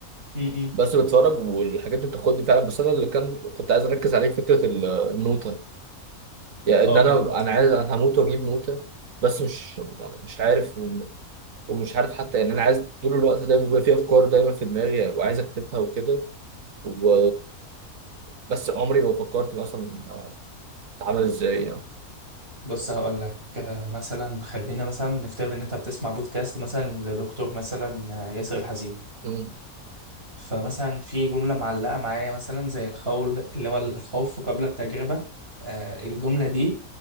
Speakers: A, on the right; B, on the right.
A: امم
B: بس بتفرج والحاجات دي بتاخدني فعلا بس انا اللي كان كنت عايز اركز عليه فكره ال- النوته يعني
A: اه
B: ان انا
A: انه
B: انا عايز انا هموت واجيب نوته بس مش يعني مش عارف ومش عارف حتى يعني انا عايز طول الوقت دايما بيبقى في افكار دايما في دماغي وعايز اكتبها وكده و بس عمري ما فكرت مثلا اتعامل ازاي يعني
A: بص هقول لك آه، مثلا خلينا مثلا نفترض ان انت بتسمع بودكاست مثلا لدكتور مثلا آه، ياسر الحزيمي
B: مم.
A: فمثلا في جمله معلقه معايا مثلا زي الخول اللي هو الخوف قبل التجربه آه، الجمله دي